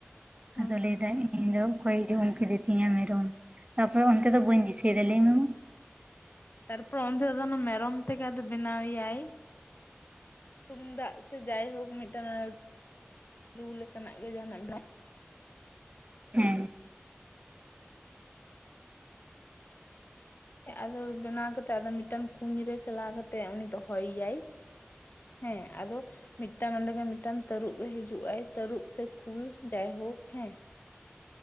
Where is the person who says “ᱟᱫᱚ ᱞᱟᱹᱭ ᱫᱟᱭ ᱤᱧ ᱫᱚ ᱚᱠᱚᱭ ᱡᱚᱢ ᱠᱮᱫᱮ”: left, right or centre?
Right